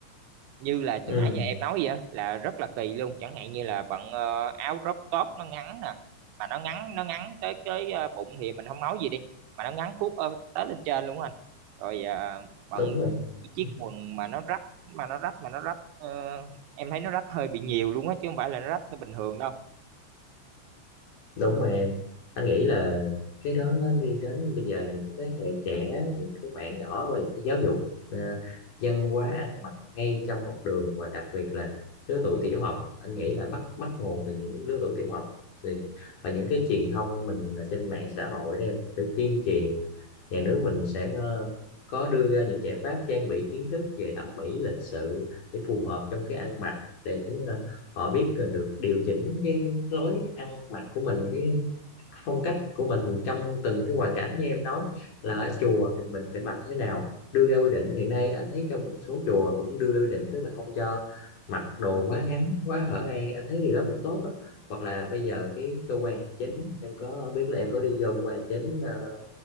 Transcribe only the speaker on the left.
ừ,
đúng rồi
Ừ.
đúng rồi em anh nghĩ là cái đó nó đi đến bây giờ những cái thế hệ trẻ những cái bạn nhỏ và phải giáo dục ờ, văn hóa ăn mặc ngay trong học đường và đặc biệt là lứa tuổi tiểu học anh nghĩ là bắt bắt nguồn từ những lứa tuổi tiểu học thì và những cái truyền thông mình ở trên mạng xã hội đó em mình phải tuyên truyền nhà nước mình sẽ có, có đưa ra những giải pháp trang bị kiến thức về thẩm mỹ lịch sự để phù hợp trong cái ăn mặc để ờ, họ biết được điều chỉnh cái, cái lối ăn mặc của mình cái phong cách của mình trong từng cái hoàn cảnh như em nói là ở chùa thì mình phải mặc thế nào đưa ra quy định hiện nay anh thấy trong một số chùa cũng đưa ra quy định tức là không cho mặc đồ quá ngắn quá hở hang anh thấy điều đó cũng tốt đó hoặc là bây giờ cái cơ quan hành chính em có không biết là em có đi vô cơ quan hành chính ờ,